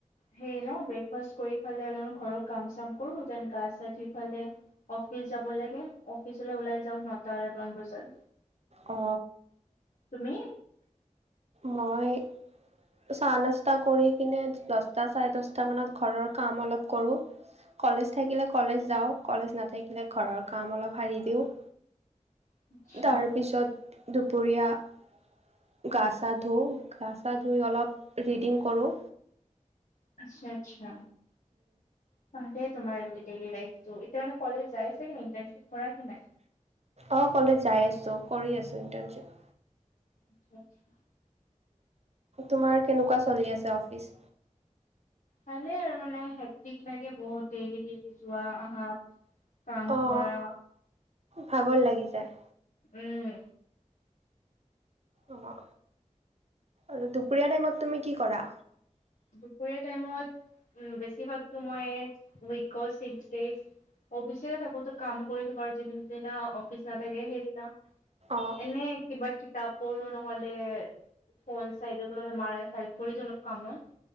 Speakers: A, on the left; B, on the right.
A: সেই ন ব্ৰেকফাষ্ট কৰি পেলাই অলপমান ঘৰৰ কাম চাম কৰো গা চা ধূই পেলাই অফিচ যাব লাগে অফিচলৈ ওলাই যাওঁ নটাৰ মান বজাত
B: অ
A: তুমি
B: মই চাহ নাস্তা কৰি কিনে দচটা চাৰে দচটা মানত ঘৰৰ কাম অলপ কৰো কলেজ থাকিলে কলেজ যাওঁ কলেজ নাথাকিলে ঘৰৰ কাম অলপ সাৰি দিওঁ
A: আচ্ছা
B: তাৰ পিছত দুপৰীয়া গা-চা ধো গা-চা ধুই অলপ ৰিডিং কৰোঁ।
A: আচ্ছা আচ্ছা। তাহতে তোমাৰ ডেইলি লাইফটো, এতিয়া মানে কলেজ যাই আছে কি নাই? ইণ্টাৰশিপ কৰাই কি নাই?
B: অ কলেজ যাই আছোঁ, কৰি আছোঁ ইটাৰশ্বিপ।
A: আচ্ছা আচ্ছা।
B: তোমাৰ কেনেকুৱা চলি আছে অফিচ?
A: ভালে আৰু মানে, হেকটিক লাগে বহুত ডেইলি-ডেলি। যোৱা-আহাত, কাম
B: অঁ
A: কৰা
B: ভাগৰ লাগি যায়।
A: উম।
B: অ, আৰু দুপৰীয়া টাইমত তুমি কি কৰা?
A: দুপৰীয়া টাইমত উ, বেছিভাগতো মই উইক ছিক্স ডেজ অৱশ্যে, থাকোতো কাম কৰি থাককাৰ যিদিনা কৃষ নাতাগে হেই দিনা,
B: অঁ
A: এনে কিবা কি তপৰো নহ'লে ফোন চাই থাকো নহলে মাৰ হেল্প কৰি দিওঁ অলপ কামত